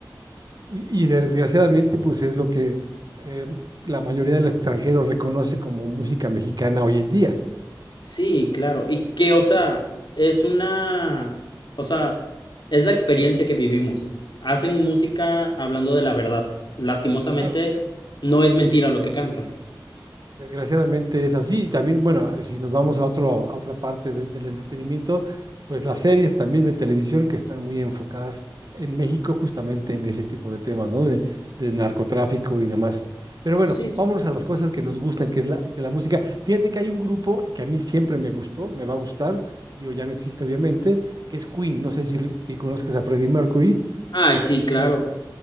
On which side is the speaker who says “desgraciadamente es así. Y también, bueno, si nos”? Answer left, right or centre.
Right